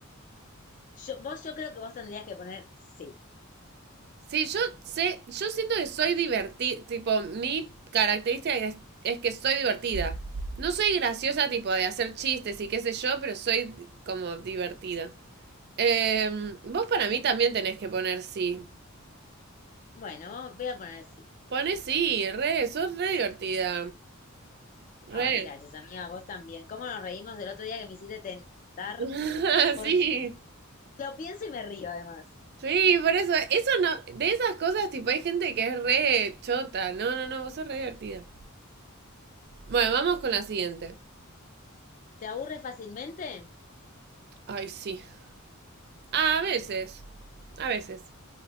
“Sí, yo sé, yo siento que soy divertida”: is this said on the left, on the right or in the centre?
Right